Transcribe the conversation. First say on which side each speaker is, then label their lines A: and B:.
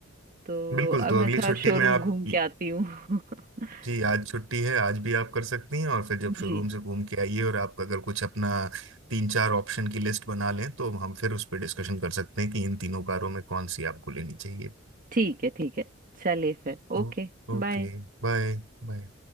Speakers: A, on the right; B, on the right.
A: तो
B: बिल्कुल
A: अब
B: तो
A: मैं
B: अगली
A: थोड़ा
B: छुट्टी
A: शोरूम
B: में आप
A: घूम के आती हूँ <laughs>
B: जी आज छुट्टी है आज भी आप कर सकती हैं और फिर जब शोरूम
A: जी
B: से घूम के आइए और आप अगर कुछ अपना तीन चार ऑप्शन की लिस्ट बना लें तो हम फिर उस पर डिस्कशन कर सकते हैं कि इन तीनों कारों में कौन सी आपको लेनी चाहिए
A: ठीक है ठीक है चलिए फिर ओके
B: ओ, ओके
A: बाय
B: बाय बाय